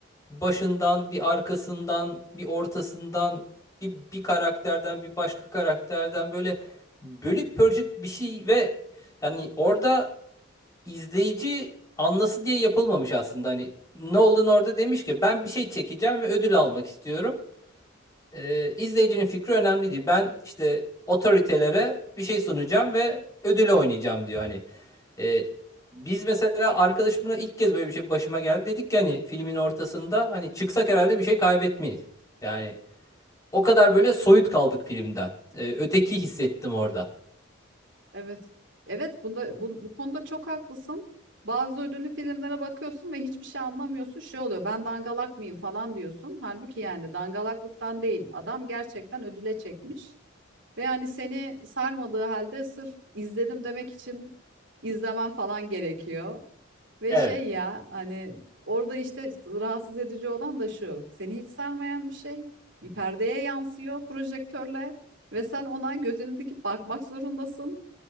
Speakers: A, on the left; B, on the right.
A: başından, bir arkasından, bir ortasından, bir, bir karakterden, bir başka karakterden böyle bölük pörçük bir şey ve yani orada izleyici anlasın diye yapılmamış aslında. Hani Nolan orada demiş ki ben bir şey çekeceğim ve ödül almak istiyorum. Ee, izleyicinin fikri önemli değil. Ben işte otoritelere bir şey sunacağım ve ödüle oynayacağım diyor hani. E, biz mesela arkadaşımla ilk kez böyle bir şey başıma geldi. Dedik ki hani filmin ortasında hani çıksak herhalde bir şey kaybetmeyiz. Yani o kadar böyle soyut kaldık filmden. E, öteki hissettim orada.
B: Evet. Evet bunda bu, bu konuda çok haklısın. Bazı ödüllü filmlere bakıyorsun ve hiçbir şey anlamıyorsun. Şey oluyor ben dangalak mıyım falan diyorsun. Halbuki yani dangalaklıktan değil. Adam gerçekten ödüle çekmiş. Ve hani seni sarmadığı halde sırf izledim demek için izlemen falan gerekiyor. Ve
A: Evet.
B: şey ya hani orada işte rahatsız edici olan da şu. Seni hiç sarmayan bir şey bir perdeye yansıyor projektörle ve sen ona gözünü dikip bakmak zorundasın.